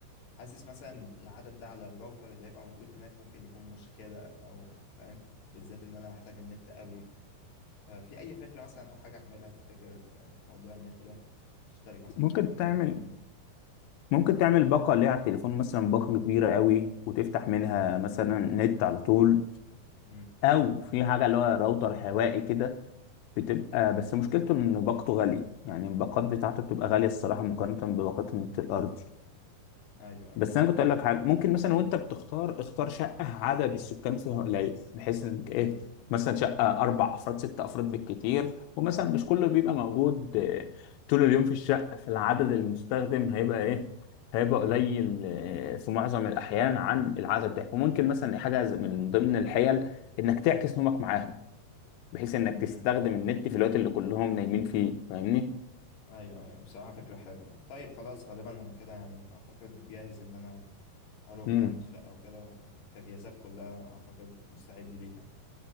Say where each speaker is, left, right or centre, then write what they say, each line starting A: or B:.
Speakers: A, on the left (about 65°); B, on the left (about 80°).
A: حاسس مثلا العدد ده على الراوتر اللي هيبقى موجود هناك ممكن يكون مشكلة أو فاهم بالذات إن أنا هحتاج النت قوي ففي أي فكرة مثلا أو حاجة أعملها تفتكر في موضوع النت ده أشترك مثلا
B: ممكن
A: في باقة لوحدي
B: تعمل ممكن تعمل باقه اللي هي على التليفون مثلا باقه كبيره قوي وتفتح منها مثلا نت على طول
A: أمم،
B: او في حاجه اللي هو راوتر هوائي كده بتبقى
A: عارف
B: بس مشكلته
A: عارف
B: ان باقته غاليه يعني الباقات بتاعته بتبقى غاليه الصراحه مقارنه بباقات النت الارضي
A: أيوه أيوه
B: بس
A: معاك
B: انا كنت
A: حق
B: اقول لك حاجه ممكن مثلا وانت بتختار اختار شقه عدد السكان فيها قليل بحيث انك ايه
A: أمم،
B: مثلا شقه اربع افراد ست افراد بالكتير ومثلا مش كله بيبقى موجود آه، طول اليوم في الشقه فالعدد المستخدم هيبقى ايه هيبقى
A: أمم،
B: قليل آه، في معظم الاحيان عن العدد ده وممكن مثلا حاجه زي- من ضمن الحيل انك تعكس نومك معاهم بحيث انك
A: أمم.
B: تستخدم النت في الوقت اللي كلهم نايمين فيه فاهمني؟
A: أيوه أيوه بصراحة فكرة حلوة طيب خلاص غالبا أنا كده يعني أعتقد جاهز إن أنا اروح
B: امم
A: يعني الشقة وكده والتجهيزات كلها اعتقد مستعد ليها يعني.